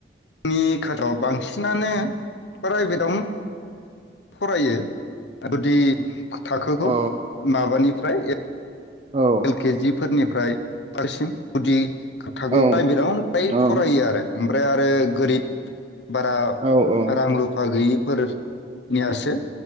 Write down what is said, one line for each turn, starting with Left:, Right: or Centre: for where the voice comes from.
Left: नि खाथाव बांसिनानो प्राइभेटावनो फरायो गुदि थाखोखौ
Right: अ
Left: माबानिफ्राय
Right: औ
Left: एल केजि फोरनिफ्राय बारसिम गुदि खोबथागौ
Right: औ
Left: प्राइभेटावनो फ्राय
Right: औ
Left: फरायो आरो ओमफ्राय आरो गोरिब बारा
Right: औ औ
Left: रां रुफा गैयि फोरनियासो